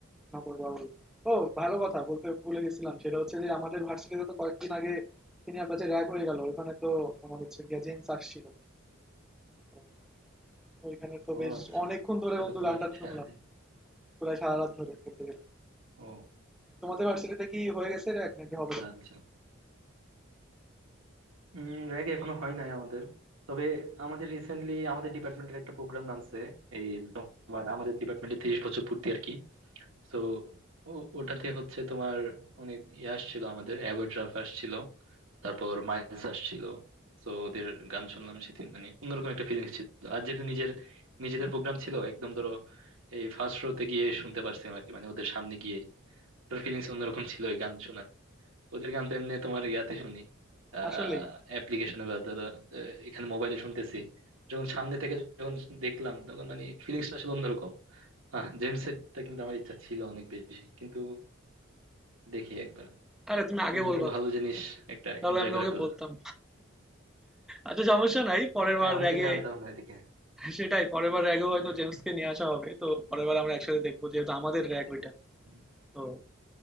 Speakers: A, in the centre; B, on the right.
A: নগর বাউল ও ভালো কথা বলতে ভুলে গেছিলাম সেটা হচ্ছে যে আমাদের ভার্সিটিতে তো কয়েকদিন আগে সিনিয়র ব্যাচে র্যাগ হয়ে গেল ওখানে তো তোমার হচ্ছে গিয়ে জেমস আসছিল তো ওইখানে তো
B: ও
A: বেশ
B: আচ্ছা
A: অনেকক্ষণ ধরে
B: এটা
A: বন্ধু
B: তো খুবই
A: গান টান
B: সারাদিন
A: শুনলাম প্রায় সারা রাত ধরে বলতে গেলে
B: ও
A: তোমাদের ভার্সিটিতে কি হয়ে গেছে র্যাগ নাকি
B: আচ্ছা
A: হবে না
B: আচ্ছা উম র্যাগ এখনো হয় নাই আমাদের তবে আমাদের রিসেন্টলি আমাদের ডিপার্টমেন্টের একটা প্রোগ্রাম নামছে এই তোমার আমাদের ডিপার্টমেন্টে তিরিশ বছর পূর্তি আর কি তো ওটাতে হচ্ছে তোমার অনেক ইয়ে আসছিল আমাদের অ্যাভয়েড রাফ আসছিল তারপর মাইলস আসছিল তো ওদের গান শুনলাম সেদিন মানে অন্যরকম একটা ফিলিংস ছিল আর যেহেতু নিজের নিজেদের প্রোগ্রাম ছিল একদম ধরো এই ফার্স্ট রোতে গিয়ে শুনতে পারছিলাম আর কি মানে ওদের সামনে গিয়ে ওটার ফিলিংস অন্যরকম ছিল ওই গান শোনার ওদের গান তো এমনি তোমার ইয়াতে শুনি আহ
A: আসলেই
B: অ্যাপ্লিকেশনে বা ধরো আহ, এখানে মোবাইলে শুনতেছি যখন সামনে থেকে যখন দেখলাম তখন মানে ফিলিংসটা আসলে অন্যরকম হ্যাঁ জেমস এরটা কিন্তু আমার ইচ্ছা ছিল অনেক বেশি কিন্তু দেখি একবার
A: আরে তুমি আগে
B: তুমি
A: বলবা
B: তো ভালো
A: তো
B: জিনিস একটা
A: তাহলে
B: এনজয়
A: আমি
B: করে
A: তোমাকে
B: ফেললা
A: বলতাম আচ্ছা সমস্যা নাই পরের
B: আরে
A: বার
B: আমি
A: র্যাগে
B: তো জানতাম না এদিকে
A: সেটাই পরের বার র্যাগেও হয়তো
B: হম
A: জেমসকে
B: হম
A: নিয়ে আসা হবে তো পরের বার আমরা একসাথে দেখবো যেহেতু আমাদের র্যাগ ওইটা
B: হম।
A: তো